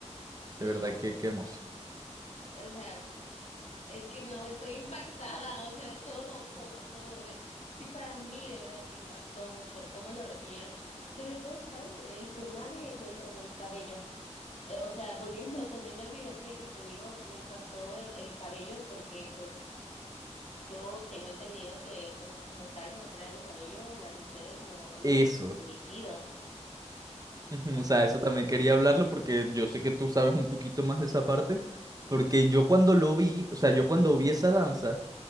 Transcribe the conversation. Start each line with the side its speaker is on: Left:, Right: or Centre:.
Left: No,
Right: De verdad que qué hermoso.
Left: o sea, es que no, estoy impactada, o sea, todo, todo, todo. de- Sí, para mí de verdad me impactó mucho el cómo lo recibieron. Sobre todo, ¿sabes? El tema de, de lo del cabello. Eh, o sea, volviendo, volviendo al video que, que te digo, me impactó el, el cabello porque pues yo tengo entendido que pues como tal mostrar el cabello las mujeres no, no
Right: Eso.
Left: lo tienen permitido,
Right: Ujú,
Left: ¿no?
Right: O sea, eso también quería hablarlo porque yo sé que tú sabes un poquito más de esa parte. Porque yo cuando lo vi, o sea, yo cuando vi esa danza.